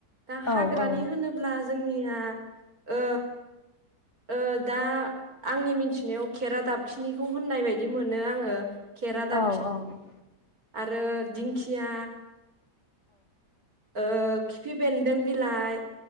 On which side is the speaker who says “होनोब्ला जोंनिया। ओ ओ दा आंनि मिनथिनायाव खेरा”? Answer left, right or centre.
Right